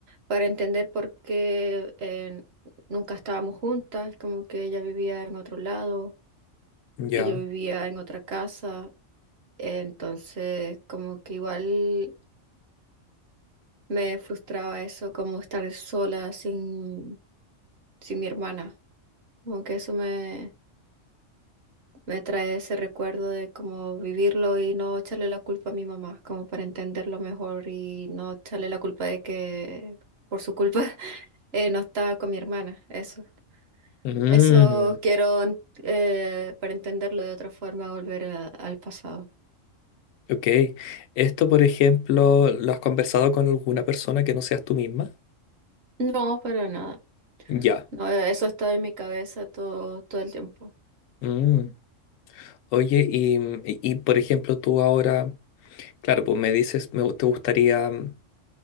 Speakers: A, on the right; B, on the left.
A: para entender por qué eh, nunca estábamos juntas, como que ella vivía en otro lado
B: Ya.
A: y yo vivía en otra casa. Entonces, como que igual me frustraba eso, como estar sola sin, sin mi hermana. Como que eso me, Me trae ese recuerdo de cómo vivirlo y no echarle la culpa a mi mamá, como para entenderlo mejor y no echarle la culpa de que por su culpa <laughs> eh, no estaba con mi hermana. Eso,
B: Mm,
A: eso quiero eh, para entenderlo de otra forma, volver a- al pasado.
B: ok. Esto, por ejemplo, ¿lo has conversado con alguna persona que no seas tú misma?
A: No, para nada.
B: Ya.
A: No, eso está en mi cabeza todo, todo el tiempo.
B: Mm. Oye, y, y, y, por ejemplo, tú ahora, claro, pues me dices, me, te gustaría mm,